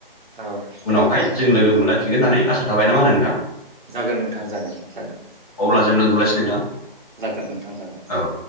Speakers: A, on the right; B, on the left.
A: औ जागोन
B: उनावहाय
A: नोंथां
B: जों लोगो मोनलायफिनगोन होननानै आसा थाबाय ना मा होनो नोंथां
A: जागोन नोंथां जागोन जागोन
B: अब्ला जों
A: ओ
B: दोनथ'लायसै नोंथां
A: जागोन नोंथां जागोन दे
B: औ